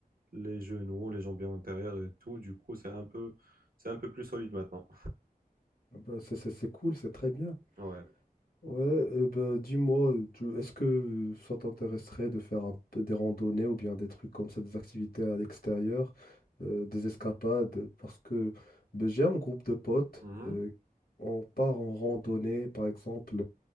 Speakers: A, on the right (about 70°); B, on the left (about 70°).
A: les genoux, les jambiers antérieurs et tout. Du coup, c'est un peu, c'est un peu plus solide maintenant.
B: Ah ben, c'est c'est- c'est cool, c'est très bien.
A: Ouais.
B: Ouais, euh, bah, dis-moi, tu- est-ce que ça t'intéresserait de faire un peu des randonnées ou bien des trucs comme ça, des activités à l'extérieur, euh, des escapades? Parce que ben j'ai un groupe de potes,
A: Mhm.
B: euh, on part en randonnée, par exemple,